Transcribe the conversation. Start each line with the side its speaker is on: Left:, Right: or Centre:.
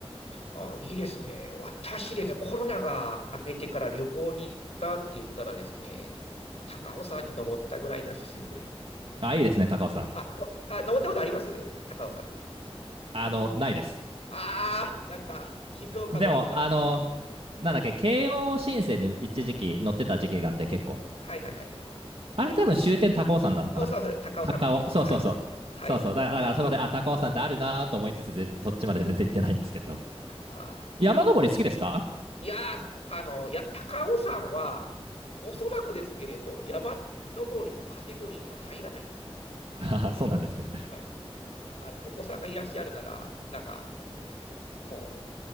Left: う。あ、いいですね。私ですね、コロナが明けてから旅行に行ったって言ったらですね、高尾山に登ったぐらいなんですね。
Right: あ、いいですね、高尾さん。
Left: あ、おあ、登ったことあります高尾山って。
Right: あの、ないです。
Left: ああ、なんか、静岡の人なら。
Right: でも、あの、なんだっけ、慶応新線に一時期乗ってた時期があって結構。
Left: はいはいはい。
Right: あれ多分終点高尾山なのかな高尾、
Left: おそうそう、高尾山口ですね。
Right: そうそうそう。
Left: はい。はい。
Right: そうそう。だからだからそこで、あ、高尾山ってあるなと思いつつ、ぜそっちまで全然行ってないんですけど。
Left: ああい
Right: 山登り好きですか
Left: いやー、あの、や、高尾山は、おそらくですけれど、山登りのカテゴリーには入らないですね。
Right: <laughs> そうなんですね。
Left: はい。あの、お子さんがいらっしゃるなら、なんか、もう、